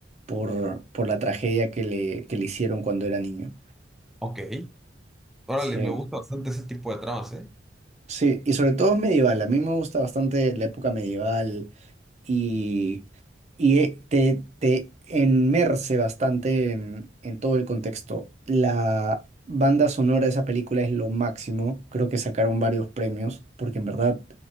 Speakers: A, on the right; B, in the centre.
A: por, por la tragedia que le, que le hicieron cuando era niño.
B: ok. Órale,
A: Sí,
B: me gusta bastante ese tipo de tramas, ¿eh?
A: sí, y sobre todo es medieval. A mí me gusta bastante la época medieval, y, y, eh, te, te enmerce bastante en, en todo el contexto. La banda sonora de esa película es lo máximo, creo que sacaron varios premios, porque en verdad